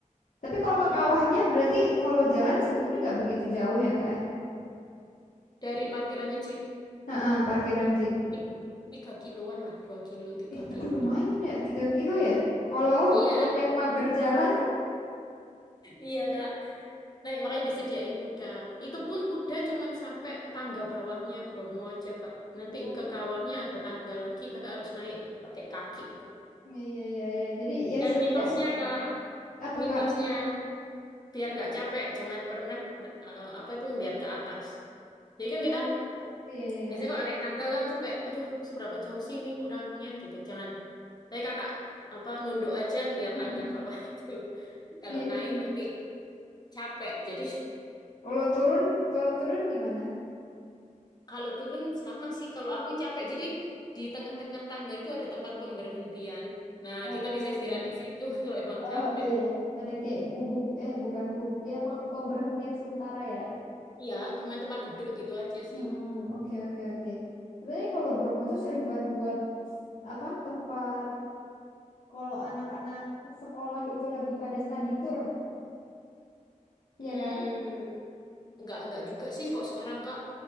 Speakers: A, on the left; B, on the left.
A: Tapi kalau
B: Mm-mm.
A: ke kawahnya berarti kalau jalan sebenarnya nggak begitu jauh ya, Kak ya.
B: Dari parkirannya Jeep.
A: Heeh, parkiran
B: Hmm,
A: jeep.
B: ti- Tiga kiloan lah, dua kilo, tiga
A: Eh, tapi
B: kilo
A: lumayan
B: lah.
A: ya, 3 kilo ya. Kalau <laughs>
B: Iya,
A: buat yang mager jalan.
B: iya, Kak. Nah, makanya disediain kuda. Itu pun kuda cuman sampai tangga bawahnya Bromo aja, Kak. Nanti
A: Oh.
B: ke kawahnya ada tangga lagi, Kakak harus naik pakai kaki itu.
A: Iya iya iya iya. Jadi ya
B: Dan
A: setidaknya
B: mitosnya, Kak,
A: apa
B: mitosnya
A: Kak?
B: biar nggak capek, jangan pernah eh, apa itu ngelihat ke atas. Jadi kan
A: Oh,
B: kita
A: iya iya
B: Biasanya
A: iya.
B: kalau naik tangga kan sampai, aduh, seberapa jauh sih ini kurangnya gitu. Jangan. Tapi kakak apa nunduk aja ngelihat
A: Heeh,
B: tangga
A: heeh.
B: bawah <laughs> itu. Kalau
A: Iya
B: naik
A: sih.
B: nanti capek. Jadi
A: Kalau turun, kalau turun gimana?
B: <laughs> kalau turun sama sih. Kalau aku capek. Jadi di tengah-tengah tangga itu ada tempat pemberhentian. Nah,
A: Oh,
B: kita bisa istirahat
A: iya.
B: di situ <laughs> kalau emang
A: Oh,
B: capek.
A: iya, iya. Ada kayak gubuk, eh bukan gubuk, ya pem- pemberhentian sementara ya.
B: Iya, cuman tempat duduk gitu aja
A: Hmm,
B: sih.
A: oke oke oke. Sebenarnya kalau Bromo tuh sering banget buat apa tempat kalau anak-anak sekolah itu lagi pada study tour, iya
B: Hmm,
A: kan?
B: nggak nggak juga sih kok sekarang Kak.